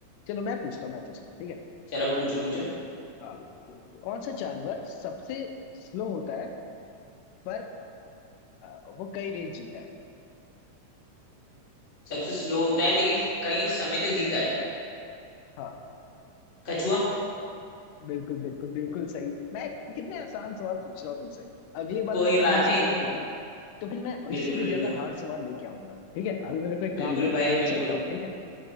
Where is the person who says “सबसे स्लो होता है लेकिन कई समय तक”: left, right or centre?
Left